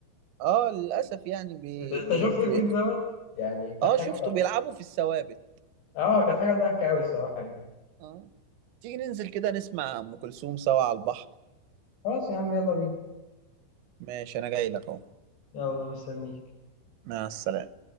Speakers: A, on the right; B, on the left.
A: اه للاسف يعني بي
B: انت أنت
A: بي
B: شفت
A: بي
B: الفيديو دوت يعني كانت
A: اه
B: حاجة
A: شفته بيلعبوا في الثوابت
B: اه كانت حاجة ضحكة أوي الصراحة يعني
A: اه تيجي ننزل كده نسمع ام كلثوم سوا على البحر
B: خلاص يا عم يلا بينا
A: ماشي انا جاي لك اهو
B: يلا مستنيك
A: مع السلامة